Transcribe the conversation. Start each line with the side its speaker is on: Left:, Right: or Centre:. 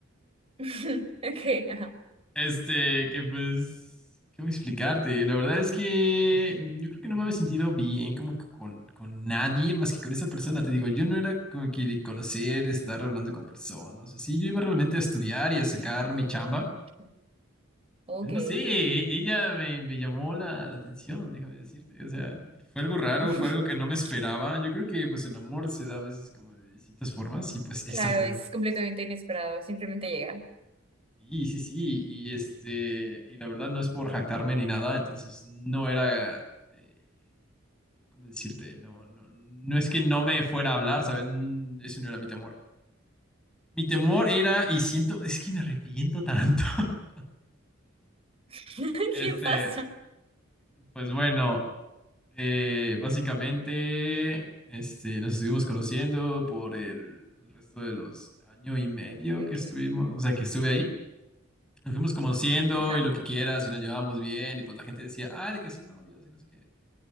Right: <laughs> Ok, ajá.
Centre: Este, que pues, ¿cómo explicarte? La verdad es que yo creo que no me había sentido bien como que con, con nadie más que con esa persona. Te digo, yo no era como que de conocer, estar hablando con personas, así. Yo iba realmente a estudiar y a sacar
Right: Ok.
Centre: mi chamba.
Right: Ok.
Centre: No sé, ella me, me llamó la, la atención, déjame decirte. O sea, fue algo raro,
Right: <laughs>
Centre: fue algo que no me esperaba. Yo creo que pues el amor se da a veces como de distintas formas y pues esta
Right: Claro,
Centre: fue
Right: es
Centre: una. de
Right: completamente
Centre: ellas.
Right: inesperado. Simplemente llega.
Centre: Sí, sí, sí, y este, y la verdad no es por jactarme ni nada, entonces no era, eh, ¿cómo decirte? No, no, no es que no me fuera a hablar, ¿sabes? Mm, Ese no era mi temor. Mi temor era, y siento, es que me arrepiento tanto. <laughs>
Right: <laughs>
Centre: Este,
Right: ¿Qué pasa?
Centre: pues bueno, eh, básicamente, este, nos estuvimos conociendo por el resto de los año y medio
Right: Ok.
Centre: que estuvimos, o sea, que estuve ahí. Nos fuimos conociendo
Right: Ajá.
Centre: y lo que quieras y nos llevábamos bien y pues la gente decía, ah, de que son novios y no sé qué.